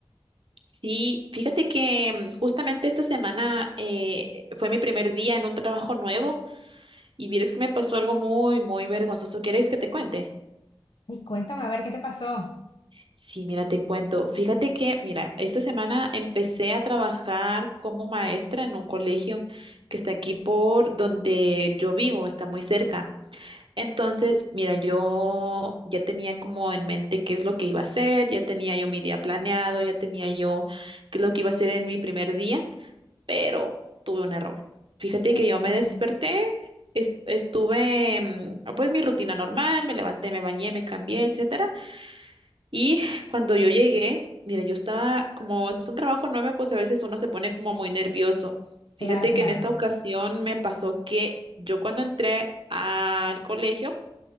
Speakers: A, on the right; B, on the left.
A: Sí, fíjate que mm, justamente esta semana eh, fue mi primer día en un trabajo nuevo y vieres que me pasó algo muy, muy vergonzoso. ¿Quieres que te cuente?
B: Y cuéntame, a ver, ¿qué te pasó?
A: Sí, mira, te cuento. Fíjate que, mira, esta semana empecé a trabajar como maestra en un colegio que está aquí por donde yo vivo, está muy cerca. Entonces, mira, yo ya tenía como en mente qué es lo que iba a hacer, ya tenía yo mi día planeado, ya tenía yo qué es lo que iba a hacer en mi primer día, pero tuve un error. Fíjate
B: Uy,
A: que yo me desperté, es- estuve, mm, ah, pues mi rutina normal, me levanté, me bañé, me cambié, etcétera, y <laughs> cuando yo llegué, mira, yo estaba como es un trabajo nuevo, pues a veces uno se pone como muy nervioso. Fíjate
B: claro, claro.
A: que en esta ocasión me pasó que yo cuando entré al colegio